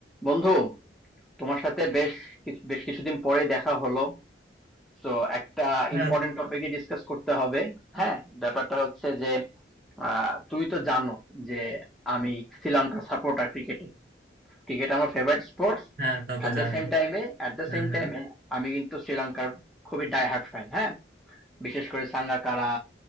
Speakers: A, in the centre; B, on the right.
A: বন্ধু তোমার সাথে বেশ কিছু- বেশ কিছুদিন পরে দেখা হলো তো একটা
B: হ্যাঁ
A: ইম্পর্টেন্ট টপিকে ডিসকাস করতে হবে হ্যাঁ ব্যাপারটা হচ্ছে যে আহ, তুই তো জানো যে আমি শ্রীলঙ্কার সাপোর্টার ক্রিকেটে ক্রিকেট আমার favourite sports
B: হ্যাঁ তা
A: At
B: তো জানি
A: the same টাইমে অ্যাট দ্য
B: হ্যাঁ
A: সেম
B: হ্যাঁ
A: টাইমে আমি কিন্তু শ্রীলঙ্কার খুবই ডাই হার্ট ফ্যান হ্যাঁ বিশেষ করে সাঙ্গাকারা